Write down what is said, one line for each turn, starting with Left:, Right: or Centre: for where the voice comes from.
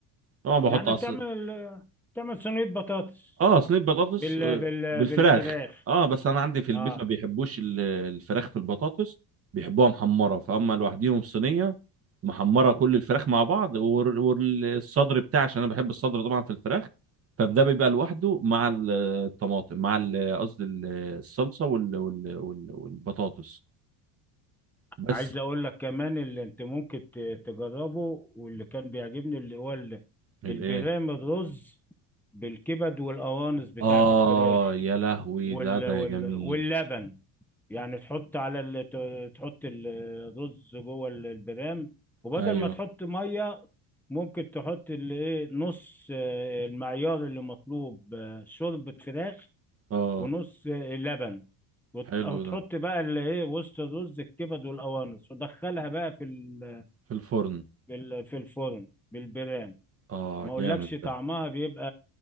Right: طبعا بحط
Centre: يعني
Right: عص...
Centre: بتعمل بتعمل صينية بطاطس
Right: اه صينيه بطاطس
Centre: بال
Right: آه،
Centre: بال
Right: بالفراخ
Centre: بالفراخ
Right: اه بس انا عندي في البيت
Centre: اه
Right: ما بيحبوش ال- الفراخ في البطاطس بيحبوها محمره فهم لوحديهم صينيه محمره كل الفراخ مع بعض وال- والصدر بتاعي عشان انا بحب الصدر طبعا في الفراخ فده بيبقى لوحده مع ال- الطماطم مع ال- قصدي ال- الصلصه وال وال وال والبطاطس بس
Centre: عايز اقول لك كمان اللي انت ممكن ت- تجربه واللي كان بيعجبني اللي هو ال-
Right: الايه
Centre: البرام الرز بالكبد والقوانص بتاعت
Right: اه
Centre: الفراخ
Right: يا لهوي
Centre: وال
Right: لا ده
Centre: وال
Right: جميل
Centre: واللبن يعني تحط على ال... ت- تحط الرز جوه ال- البرام وبدل
Right: ايوه
Centre: ما تحط ميه ممكن تحط الايه نص آه، المعيار اللي مطلوب آه، شوربة فراخ
Right: اه
Centre: ونص آه، لبن وت-
Right: حلو
Centre: وتحط
Right: ده
Centre: بقى الايه وسط الرز الكبد والقوانص ودخلها بقى في ال...
Right: في الفرن
Centre: في ال- في الفرن بالبرام
Right: اه
Centre: ما اقولكش
Right: جامد
Centre: طعمها
Right: ده
Centre: بيبقى